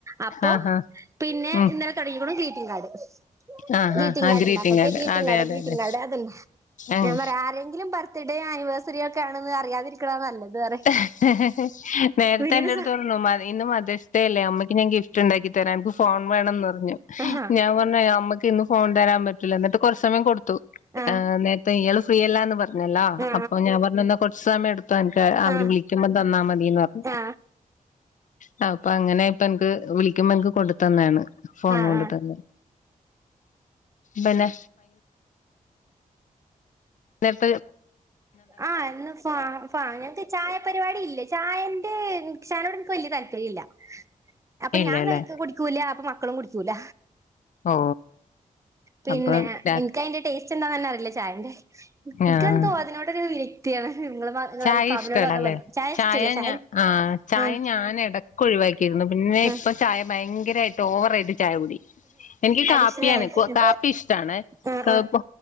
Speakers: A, on the right; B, on the left.
A: അപ്പോ
B: ആഹ് ആഹ്
A: പിന്നെ
B: ഉം
A: ഇന്നലെ തൊടങ്ങിക്കുണ്. ഗ്രീറ്റിംഗ് കാർഡ്..
B: ആഹ്
A: ഗ്രീറ്റിംഗ്
B: ആഹ് ആഹ്
A: കർഡണ്ടാക്കട്ടെ..
B: കാർഡ്
A: ഗ്രീറ്റിംഗ്
B: അതെ
A: കർഡ്,
B: അതെ
A: ഗ്രീറ്റിംഗ്
B: അതെ
A: കർഡ്, അതന്നെ..
B: ഉം
A: ഞാൻ പറയാ ആരെങ്കിലും, ബർത്ത്ഡേ ആനിവേഴ്സറി ഒക്കെ ആണെന്ന് അറിയാതിരിക്കണതാ നല്ലത് പറയും
B: ഇഹ്ഹ്, ഹഹ്, നേരത്തെ
A: ഇവരൊരു
B: എന്റെോട്ത്
A: സ
B: പറഞ്ഞു.. ഇന്ന് മതേർസ്ഡേ അല്ലേ. ഉമ്മയ്ക്ക് ഞാൻ ഗിഫ്റ്റ് ഉണ്ടാക്കി തര.., നിക്ക് ഫോൺ വേണംന്ന് പറഞ്ഞു..
A: ആഹാ
B: ഞാൻ പറഞ്ഞു ഇമ്മക്ക് ഇന്ന് ഫോൺ തരാൻ പറ്റില്ലന്ന്.. എന്നിട്ട് കുറച് സമയം കൊടുത്ത് ത്തു..
A: ആ
B: എ, നേരത്തെ, ഇയാള് ഫ്രീ അല്ലാന്ന് പറഞ്ഞല്ല..
A: ആ
B: അപ്പൊ, ഞാൻപറഞ്ഞു ന്ന കൊറച്ച് സമയം എട് അവര്
A: ആ
B: വിളിക്കുമ്പം തന്നാ മതിന്ന് പറഞ്ഞു
A: ആ
B: ആ, അപ്പൊ, അങ്ങനെ, ഇപ്പ എനിക്ക്, വിളിക്കുമ്പ എനിക്ക്, കൊണ്ടുതന്നണ് ഫോണ്
A: ആ
B: കൊണ്ട്
A: ആ
B: തന്നെ പിന്നെ നേത
A: ആഹന്ന് ഫാ, ഫാ, ഞങ്ങക്ക് ചായ പരിപാടി ഇല്ല.. ചായ ചായനോട് നിക്ക് വലിയ താല്പര്യംല്ല അപ്പൊ
B: ഇല്ലല്ലേ
A: ഞാൻ കഴി കുടിക്കൂല, അപ്പൊ മക്ക മക്കളും, കുടിക്കൂല
B: ഓ,
A: പിന്നെ,
B: അപ്പൊ രാത്രി
A: എനിക്ക്, അയിന്റെ, ടേസ്റ്റ്, എന്താന്ന്ന്ന, അറിയില്ല, ചായന്റെ, എനക്കെന്തോ,
B: ആഹ്
A: അതിനോടൊരു നിങ്ങള് നിങ്ങള്
B: ചായ,
A: അൽഫാമിനോട്
B: ഇഷ്ടല്ലല്ലേ?
A: പറഞ്ഞ പോലെ
B: ചായ,
A: ഇഷ്ടല്ല
B: ഞ, ആ, ചായ,
A: ആ
B: ഞാനെടക്ക്, ഒഴിവാക്കിയിരുന്നു. പിന്നെ,
A: ആ
B: ഇപ്പ, ചായ, ഭയങ്കരയിട്ട് ട്ടോവറായിട്ട്, ചായകുടി, എനിക്ക്,
A: അഡീഷണൽ
B: കാപ്പിയാണ്,
A: ആയിട്ട്
B: കാപ്പി, ഇഷ്ടണ്.
A: ആഹ് ആഹ്
B: പ്പൊ